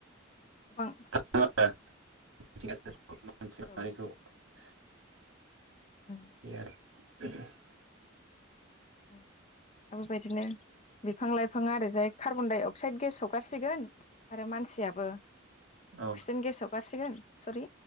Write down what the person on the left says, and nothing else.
गोबां।
औ
उम
ओम आरो बायदिनो बिफां लाइफाङा ओरैजाय कार्बन डाइ अक्साइद गेस हगारसिगोन आरो मानसियाबो
अक्सिजेन गेसाव हगारसिगोन सरि